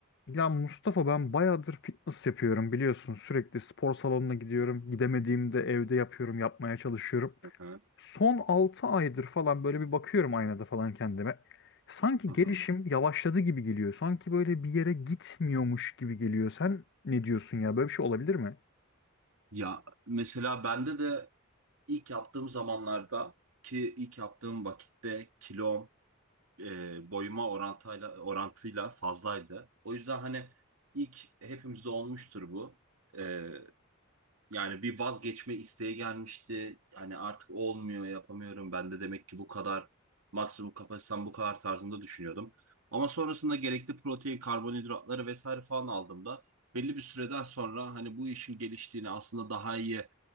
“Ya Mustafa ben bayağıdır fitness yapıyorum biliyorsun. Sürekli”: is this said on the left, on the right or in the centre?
Left